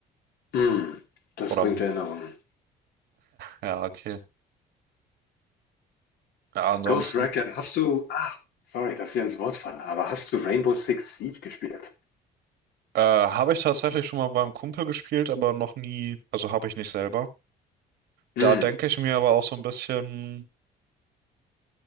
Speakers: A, on the left (about 75°); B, on the right (about 70°).
A: Mm, das
B: Oder
A: bringt Erinnerungen.
B: <laughs> ja, okay. Ja, ansonsten
A: Ghost Recon, hast du, ach, sorry, dass ich ins Wort falle, aber hast du Rainbow Six Siege gespielt?
B: äh, habe ich tatsächlich schon mal beim Kumpel gespielt, aber noch nie, also habe ich nicht selber.
A: Mm,
B: Da denke ich mir aber auch so ein bisschen,